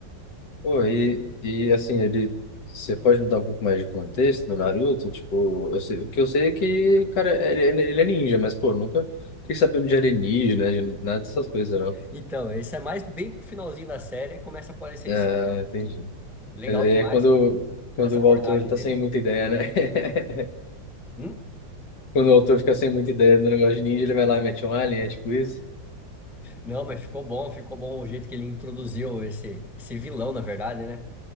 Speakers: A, on the left (about 70°); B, in the centre.
A: Pô, e, e assim, ele. Você pode me dar um pouco mais de contexto do Naruto? Tipo, eu sei, o que eu sei é que, o cara, ele, ele ele é ninja, mas, pô, nunca fiquei sabendo de alienígena, de nada dessas coisas, não.
B: Então, esse é mais bem pro finalzinho da série, começa a aparecer
A: Ah,
B: isso.
A: entendi.
B: Legal
A: Mas aí
B: demais,
A: É quando,
B: cara,
A: quando
B: essa abordagem
A: o autor tá
B: dele.
A: sem muita ideia, né? <laughs>
B: Hum?
A: Quando o autor fica sem muita ideia do negócio de ninja, ele vai lá e mete um alien, é tipo isso?
B: Não, mas ficou bom, ficou bom o jeito que ele introduziu esse, esse vilão, na verdade, né?